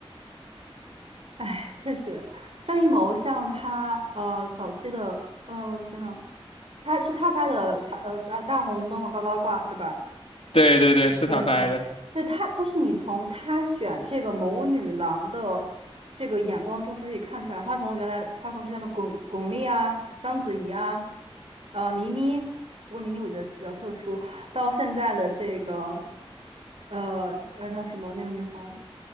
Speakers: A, on the right; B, on the left.
A: 哎，确实，张艺谋像他，呃，早期的，呃，等等，他是他拍的，他呃大大红灯笼高高挂，对吧？
B: 对对对，是他拍的，
A: 对对他，就是你从他选这个谋女郎的这个眼光中就可以看出来，他从原来他从之前的巩巩俐啊、章子怡啊、呃倪妮，不过倪妮我觉得比较特殊，到现在的这个呃呃叫什么那个女孩儿，